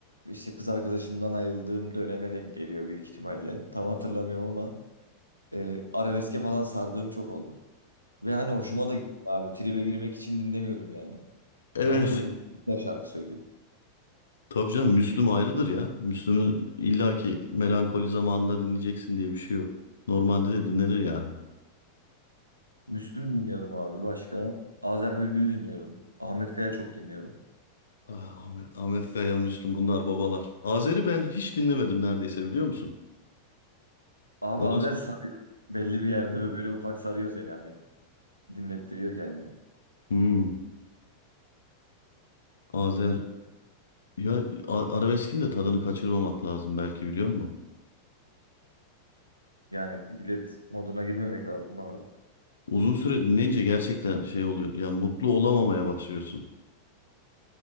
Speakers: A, on the right; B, on the left.
A: işte kız arkadaşımdan ayrıldığım döneme denk geliyor büyük ihtimalle. Tam hatırlamıyorum ama e, arabeske falan sardığım çok oldu. Ve hani hoşuma da gitti abi. Tribe girmek için dinlemiyordum yani.
B: Evet.
A: Lan diyordum bunu ne şarkı söylüyor.
B: Tabii canım Müslüm ayrıdır ya. Müslüm'ü illaki melankoli zamanında dinleyeceksin diye bir şey yok. Normalde de dinlenir yani.
A: Müslüm dinliyordum abi başka. Azer Bülbül dinliyordum. Ahmet Kaya çok dinliyordum.
B: Ah, Ahmet, Ahmet Kaya, Müslüm bunlar babalar. Azer'i ben hiç dinlemedim neredeyse biliyor musun?
A: Abi
B: Onu...
A: Azer sarıyor. Belli bir yerde böyle ufak sarıyor seni hani. Dinlettiriyor kendini.
B: Hmm, Azer ya a- arabeskin de tadını kaçırmamak lazım belki biliyor musun?
A: Yani illet moduna girmemek lazım abi.
B: Uzun süre dinleyince gerçekten şey oluyor. Ya mutlu olamamaya başlıyorsun.